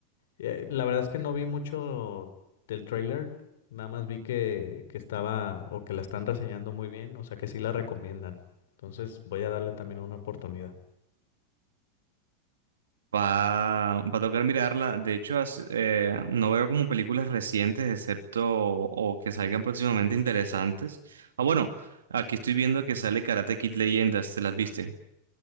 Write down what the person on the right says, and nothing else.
Va, va a tocar mirarla. De hecho, as- eh, no veo como películas recientes, excepto o, o que salgan próximamente interesantes. Ah, bueno, aquí estoy viendo que sale Karate Kid Leyendas, ¿te las viste?